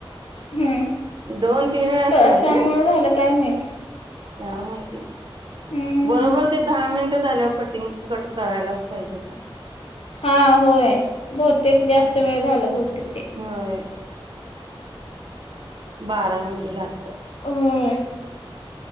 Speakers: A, on the left; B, on the right.
A: हम्म.
B: दोन तीन वेळा अस
A: कशामुळं
B: झालं.
A: झालं काय माहीत.
B: काय माहिती
A: हम्म.
B: बरोबर ते दहा मिनटं झाल्यावर कटिंग कट करायलाच पाहिजे ते
A: हा होय बहुतेक जास्त वेळ झाला बहतेक
B: होय बारा मिनटं झालतं
A: होय